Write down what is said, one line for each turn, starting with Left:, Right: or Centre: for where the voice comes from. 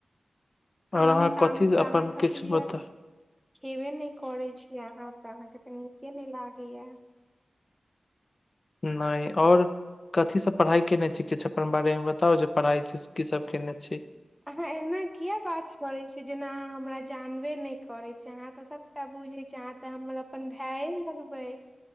Left: आओर
Centre: आम
Left: अहाँ
Centre: ताम
Left: कथी से
Centre: तऽ
Left: अपन
Centre: अहाँ कहलियै
Left: किछु बता
Centre: खेबे नहि करैत छी अहाँ तऽ अहाँकेँ तऽ नीके नहि लागैए
Left: नहि आओर कथीसँ पढ़ाई केने छी किछु अपन बारे मे बताउ जे पढ़ाई की सब केने छी
Centre: अहाँ एना किया बात करैत छियैक जेना अहाँ हमरा जान बे नहि करैत छै अहाँ तऽ सभटा बुझैत छियैक अहाँ तऽ हमर अपन भाय लगबय